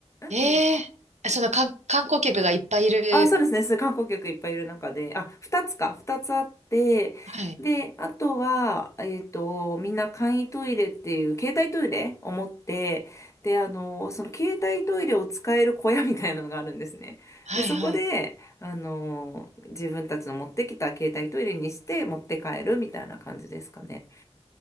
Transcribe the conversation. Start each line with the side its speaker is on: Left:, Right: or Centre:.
Left: ん。
Right: ええーその観観光客がいっぱいいる。
Left: 何ですかあ、そうですね。そう、観光客いっぱいいる中で、あ、二つか、二つあって、
Right: はい。
Left: で、あとは、えっと、みんな簡易トイレっていう、携帯トイレを持って、で、あの、その携帯トイレを使える小屋みたいなのがあるんですね。
Right: はいはい。
Left: で、そこで、あの、自分たちの持ってきた携帯トイレにして持って帰るみたいな感じですかね。